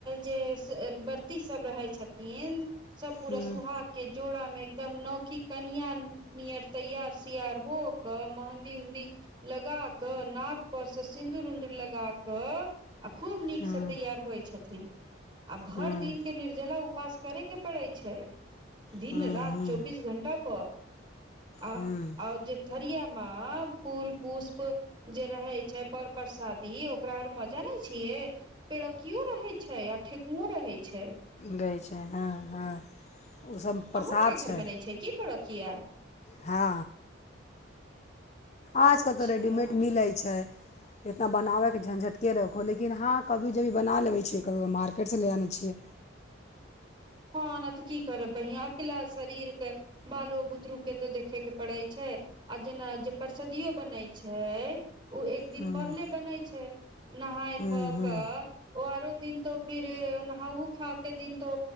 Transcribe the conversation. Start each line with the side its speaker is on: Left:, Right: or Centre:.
Right: जे व्रती सब रहै छथिन सब पूरा
Left: ह्म्म
Right: सुहाग के जोड़ा में एकदम नौखी कनिया नियर त यार सायार होक महंदी उनधि लगा कऽ नाक पर से सिन्दूर उदूर लगा कऽ आ खूब नीकसँ
Left: ह्म्म
Right: तैयार होइ छथिन आ भरि
Left: ह्म्म
Right: दिनक के निर्जला उपास करै के पड़ै छै दिन
Left: ह्म्म
Right: राति चौबीस
Left: ह्म्म
Right: घंटा क आ
Left: ह्म्म
Right: आर जे थरिया म फूल पुष्प जे रहे छै पर परसादी ओकरा आर में जाने छियै पेड़ कियो रहैत छै आ ठेकुओ रहैत छै।
Left: रहे छै। हँ हां। ओ सब प्रसाद
Right: अहूँके घर
Left: छै।
Right: बनै की पेड़किया
Left: हँ। आज
Right: अच्छा
Left: कल तऽ रेडीमेड मिलैत छै। एतना बनाबैके झंझटके रखहो लेकिन हँ कभी जभी बना लेै छियै कभी मार्केटसँ ले आनै छियै।
Right: हँ ने तऽ की करब बहि अकला शरीर के बालो बुतरू के तो देखे के पड़ैत छै। आ जेना जे परसदियो बनैत छै ओ एक दिन
Left: हूँ
Right: पहिले बनैत छै। नहाय
Left: हूँ
Right: खा
Left: हूँ
Right: कऽ आरो दिन तो फिर नहा खा के दिन तो